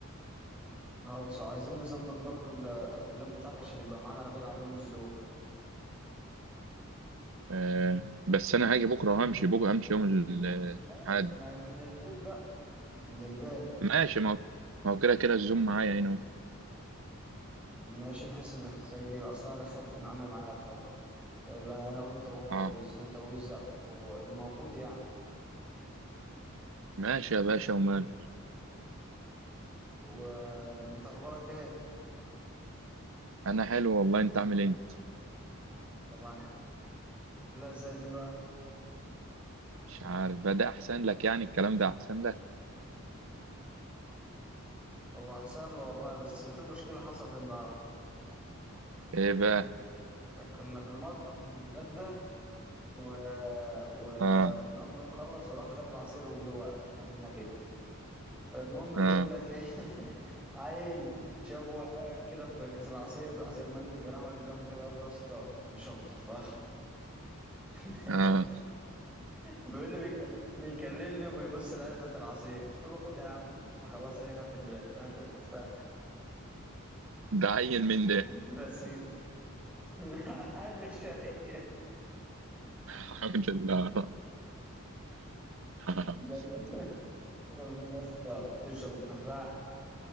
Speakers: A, in the centre; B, on the right.
A: خلاص عايزين نظبط برضو ال- اللاب بتاعك عشان يبقى معانا لابين عليهم الذوق
B: آه. بس انا هاجي بكره وهمشي بكره همشي يوم ال-
A: ماشي
B: الأحد
A: ما من البيت بقى من الباقي
B: ماشي ما هو ما هو كده كده الزوم معايا هنا اهو
A: ماشي بحيث انك تسجل اصلا انا دخلت ابن عمي معايا الخط يبقى انا وانت وهو
B: اه
A: ويز انت ويز انا وهو الموجود يعني
B: ماشي يا باشا ومال
A: وانت اخبارك ايه
B: انا حلو والله انت عامل إيه انت
A: طبعا لا زي دي بقى
B: مش عارف بقى ده احسن لك يعني الكلام ده احسن لك
A: هو احسن له والله بس في مشكلة حصلت النهاردة
B: ايه بقى
A: كنا في المطبخ بنتغدى و... ودمدم
B: اه
A: خلص وراح خد العصير وجه واقف جنبنا كده فالمهم
B: اه
A: بيقول لك ايه <laughs> عيل شافه وهو واقف كده بكيس العصير عصير مانجا جراح واقف جنبه كده قال له يا اسطى تشرب التفاح <laughs>
B: اه
A: بيقول لي بيكلم- بيكلمني وبيبص لعلبة العصير قلت له خد يا عم خلاص ايه هات ال- هات التفاح
B: ده عيل من ده
A: بس كده. <laughs> عيل من الشرقية
B: <laughs> الحمد لله <laughs>
A: لما لما <laughs> يا اسطى تشرب التفاح